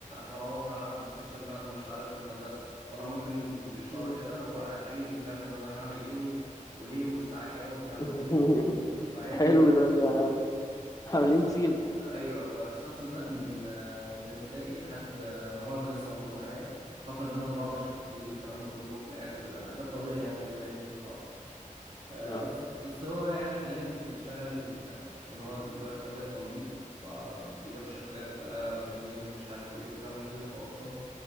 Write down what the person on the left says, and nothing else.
مم.
<laughs>
حلو
ده
ده عاملين
تيم
اه